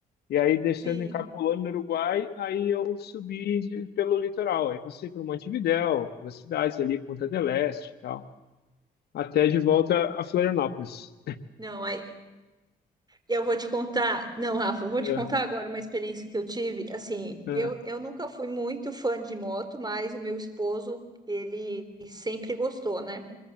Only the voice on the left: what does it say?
E aí, descendo
em Cabo Polônio, no Uruguai, aí eu subi de- pelo litoral. Aí passei por Montevidéu, pelas cidades ali, Punta del Este e tal. Até de volta a Florianópolis.
É,
é,